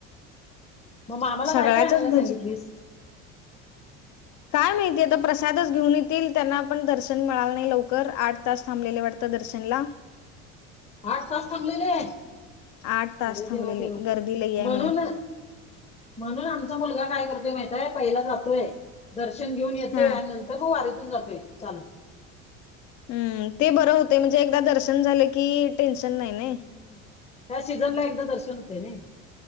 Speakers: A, on the left; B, on the left.
A: मग मामाला
B: सगळ्याच्याच
A: काय काय आणला
B: भजी
A: सांगितलीस.
B: काय माहितीय आता प्रसादच घेऊन येतील त्यांना आपण दर्शन मिळालं नाही लवकर आठ तास थांबलेले वाटत. दर्शनला
A: आठ तास ठकलेले आहे.
B: आठ तास
A: अरे
B: थांबलेले
A: देवा देवा
B: गर्दी लई आहे
A: म्हणून
B: म्हणे
A: म्हणून आमचा मुलगा काय करतोय माहताय पहिला जातोय दर्शन घेऊन येतोय
B: हा
A: आणि नंतर म वारीथून जातो चाल.
B: हम्म ते बरं होते म्हणजे एकदा दर्शन झालं की टेन्शन नाही नाही.
A: हम्म त्या सीझन ला एकदा दर्शन होते ना.